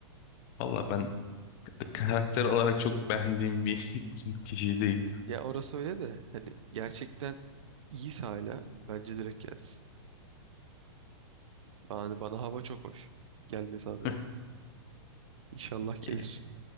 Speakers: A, on the left; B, on the right.
A: Valla ben karakter olarak çok beğendiğim bir <laughs> kişi değil.
B: Ya orası öyle de hani gerçekten iyiyse hala bence direkt gelsin. Yani bana hava çok hoş. Gelmesi adına.
A: Ee,
B: İnşallah gelir.
A: <laughs>